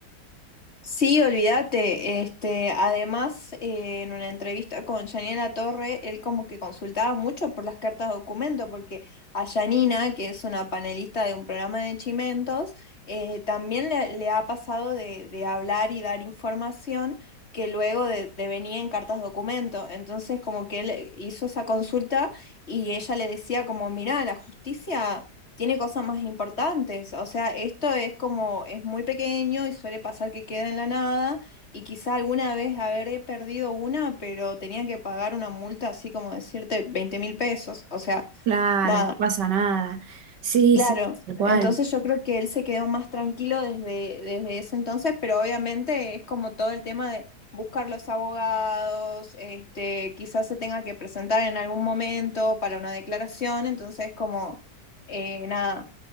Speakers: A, on the left; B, on the right.
A: Sí, olvídate. Este, además, eh, en una entrevista con Yanina Torre, él como que consultaba mucho por las cartas de documento, porque a Yanina, que es una panelista de un programa de Chimentos, eh, también le, le ha pasado de, de hablar y dar información que luego de, de venía en cartas de documento. Entonces, como que él hizo esa consulta y ella le decía como, mirá, la justicia tiene cosas más importantes. O sea, esto es como, es muy pequeño y suele pasar que queda en la nada y quizá alguna vez habré perdido una, pero tenía que pagar una multa así como decirte 20 mil pesos. O sea,
B: Claro,
A: nada.
B: no pasa nada. Sí,
A: Claro,
B: sí, igual.
A: entonces yo creo que él se quedó más tranquilo desde, desde ese entonces, pero obviamente es como todo el tema de buscar los abogados, este, quizás se tenga que presentar en algún momento para una declaración, entonces como eh, nada,